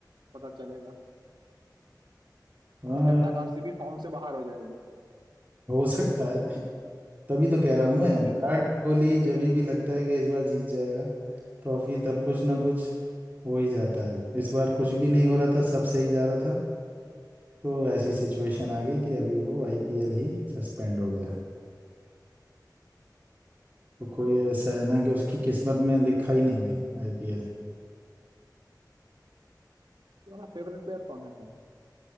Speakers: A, on the right; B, on the right.
A: पता चलेगा
B: हाँ
A: उस टाइम तक आरसीबी फॉर्म से बाहर हो जाएगी
B: हो सकता है तभी तो कह रहा हूँ मैं
A: अभी
B: विराट
A: फॉर्म
B: कोहली जब भी लगता है कि इस बार जीत जाएगा ट्रॉफी तब कुछ ना कुछ हो ही जाता है इस बार कुछ भी नहीं हो रहा था सब सही जा रहा था तो ऐसी सिचुएशन आ गई कि अभी वो आईपीएल ही सस्पेंड हो गया तो कोई ऐसा है ना कि उसकी किस्मत में लिखा ही नहीं है आईपीएल
A: तुम्हारा फेवरेट प्लेयर कौन है